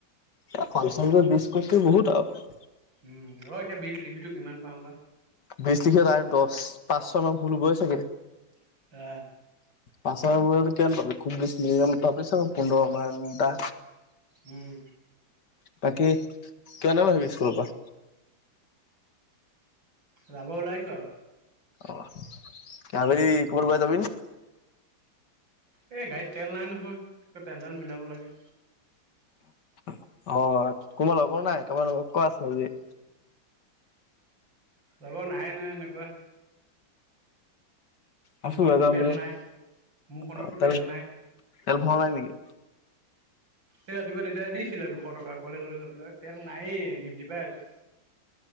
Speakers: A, on the left; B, on the right.
A: এ <unintelligible> বিছ কৰিছ বহুত আৰু।
B: উম, ৰ' এতিয়া বিছ লিখিছো কিমান পাওঁ বা।
A: বিছ লিখিলে তাৰে দচ, পাঁচ ছয়মান ভুল হ'বই চাগে।
B: <unintelligible>
A: পাছৰ <unintelligible> কিমান পাবি? খুব বেছি <unintelligible> পোন্ধৰ মান টা।
B: উম।
A: বাকী কিমান টাইমত আহিবি স্কুলৰ পৰা?
B: যাব ওলাইছো আৰু।
A: অ', আবেলি কৰবাত ওলাই যাবিনে?
B: এ, গাৰীত তেল নাই নহয়। তেলদাল মিলাব লাগে।
A: অ, কোনোবা লগৰ নাই, কাৰোবাৰ লগক ক' আছে যদি।
B: লগৰ নাইয়ে নহয় এনেকুৱা। মোৰখনতো
A: আছো <unintelligible> যাম
B: তেল
A: বুলি।
B: নাই মোৰখনতো
A: অ', তেল-তেল
B: তেল নাই।
A: ভৰোৱা নাই নেকি?
B: এই ৰাতিপুৱা দেউতায়ে দিছিলে দুশ টকা কলেজলৈ যাবলৈ। তেল নায়েই ঢিপঢিপাই আছোঁ।